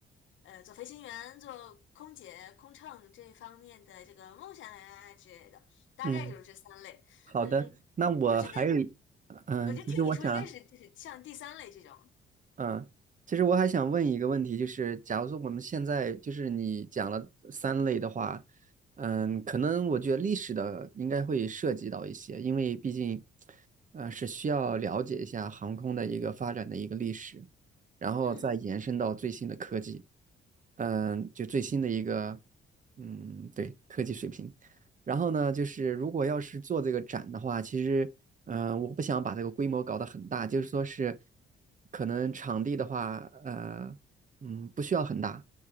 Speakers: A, on the left (about 75°); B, on the right (about 40°).
A: 呃，做飞行员、做空姐、空乘这方面的这个梦想呀之类的，大概就是这三类。
B: 嗯，好的。
A: 嗯，
B: 那我还有一，
A: 我觉得，
B: 嗯，
A: 我觉得听你说应该是就是像第三类这种。
B: 其实我想嗯，其实我还想问一个问题，就是假如说我们现在就是你讲了三类的话，嗯，可能我觉得历史的应该会涉及到一些，因为毕竟，呃，是需要了解一下航空的一个发展的一个历史，然后再延伸到最新的科技，
A: 嗯
B: 嗯，就最新的一个，嗯，对，科技水平。然后呢，就是如果要是做这个展的话，其实，呃，我不想把这个规模搞得很大，就是说是，可能场地的话，呃，嗯，不需要很大，